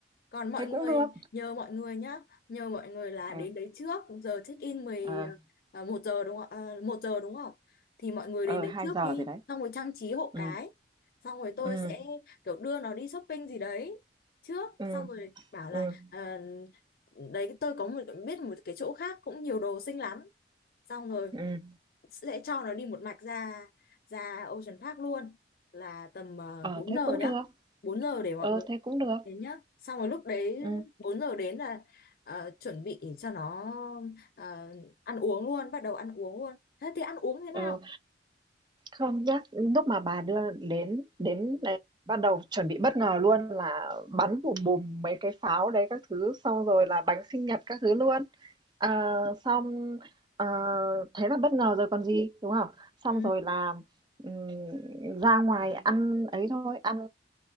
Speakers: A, on the left; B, on the right.
A: Còn mọi
B: thế
A: người,
B: cũng được.
A: nhờ mọi người nhá, nhờ mọi người là
B: Ờ,
A: đến đấy trước, giờ check in 10
B: ờ,
A: à, 1 giờ đúng không? À, 1 giờ đúng không? Thì mọi người
B: ờ
A: đến đấy
B: 2
A: trước
B: giờ
A: đi,
B: rồi đấy.
A: xong rồi trang trí hộ
B: Ừ,
A: cái. Xong rồi tôi
B: ừ,
A: sẽ kiểu đưa nó đi shopping gì đấy trước,
B: ừ,
A: xong rồi bảo là
B: ừ,
A: à, đấy tôi có một biết một cái chỗ khác cũng nhiều đồ xinh lắm. Xong rồi
B: ừ.
A: sẽ cho nó đi một mạch ra ra Ocean Park luôn là tầm
B: Ờ
A: uh, 4
B: thế
A: giờ
B: cũng
A: nhá.
B: được.
A: bốn giờ để mọi
B: Ờ
A: người
B: thế cũng được.
A: Đến nhá. Xong rồi lúc đấy
B: Ừ,
A: 4 giờ đến là ờ, chuẩn bị cho nó ờ, ăn uống luôn, bắt đầu ăn uống luôn. Thế thì ăn uống thế
B: ờ
A: nào?
B: Không, nhắc lúc mà bà đưa đến đến đấy bắt đầu chuẩn bị bất ngờ luôn là bắn bùm bùm mấy cái pháo đấy các thứ, xong rồi là bánh sinh nhật các thứ luôn. Ờ, xong ờ, thế là bất ngờ rồi còn gì, đúng không? Xong
A: Ừ.
B: rồi là ừm, ra ngoài ăn ấy thôi, ăn